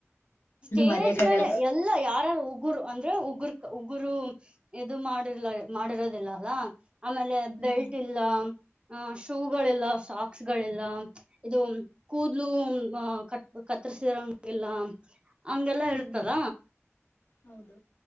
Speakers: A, on the right; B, on the left.
A: <inaudible> ಸ್ಟೇಜ್
B: ಮರ್ಯಕ್ ಆಗಲ್ಲ
A: ಮೇಲೆ ಫುಲ್ ಯಾರಾರ ಉಗುರು ಅಂದ್ರೆ ಉಗುಕ್ ಉಗುರು ಇದು ಮಾಡಿರ್ಲ ಮಾಡಿರೋದಿಲ್ಲ ಅಲ್ಲಾ ಆಮೇಲೆ
B: ಹ್ಮ್
A: ಬೆಲ್ಟ್ ಇಲ್ಲ ಹ ಶೂಗಳಿಲ್ಲ ಸಾಕ್ಸಗಳಿಲ್ಲ ಇದು ಕೂದ್ಲು ಕ ಕತ್ತರ್ಸಿರಂಗೆಲ್ಲ ಹಂಗೆಲ್ಲಾ ಹೇಳತಾರ
B: ಹ್ಮ್ ಹೌದು